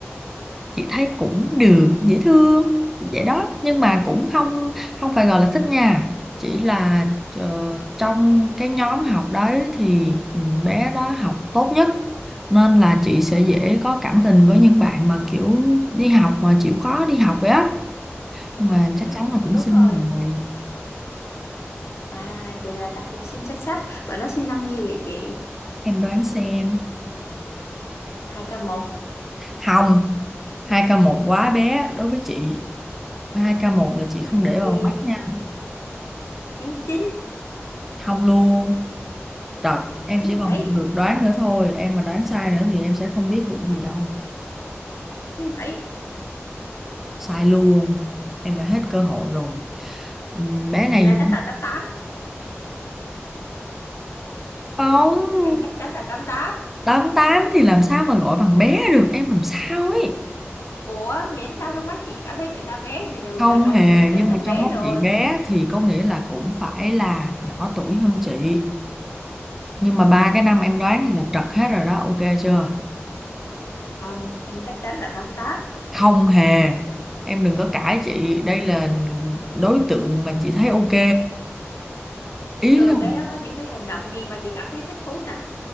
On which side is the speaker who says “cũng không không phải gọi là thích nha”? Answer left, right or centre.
Centre